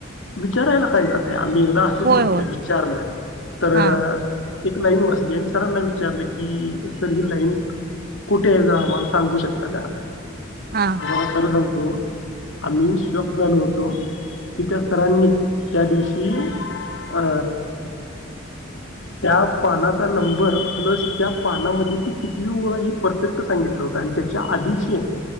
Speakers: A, on the left; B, on the right.
A: विचारायला काय जात आम्ही असंच
B: होय
A: म्हटलं
B: होय
A: विचारलं तर
B: हा
A: एक लाईन वाचली आणि सरांना विचारलं की तर ही लाईन कुठे आहे जरा आम्हाला सांगू शकता का?
B: हा
A: तुम्हाला खर सांगतो आम्ही शाॅक झालो होतो की त्या सरांनी त्या दिवशी अ त्या पानाचा नंबर प्लस त्या पानामध्ये म्हणजे ती कितवी ओळा आहे हे परफेक्ट सांगितलं होत आणि त्याच्या आधीची